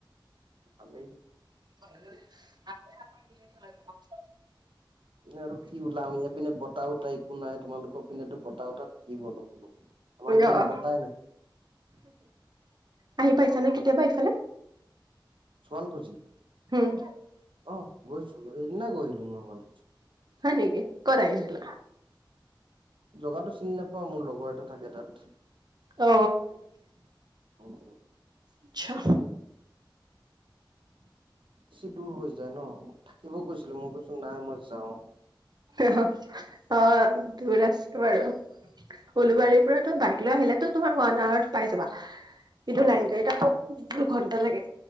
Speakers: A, on the right; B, on the right.
A: খালো
B: হয় আ প
A: আৰু কি ওলাম ইয় পিনে বতাহ বতটা একো নাই তোমালোকৰ পিনেতো ব উটা উতাত থাকিব অলপল আমাৰ এইপিনে
B: অ
A: বতাই নাই
B: আহি পাইছানে কেতিয়াবা ইফালে
A: শুৱালকুছি
B: উম
A: অ গৈছো এইদিনা গৈছিলো মই শুৱালকুচি
B: হয়নেকি ক'ত আহিছিলা
A: জগাটো চিনি নাপাওঁ মোৰ লগত টো থাকে তাত
B: অ
A: উ
B: আচছা
A: বেছি দূৰ হৈ যায় ন মোক থাকিব কৈছিলে মই কৈছো নাই মই যাও
B: আচ্ছা অ দূৰ আছো বাৰু উলুবাৰী বাইক লৈ আহিলেতো তোমাৰ ওৱান আৱাৰ পাই যাবা কিন্তু
A: অ
B: লাইন দু ঘণ্টা লাগে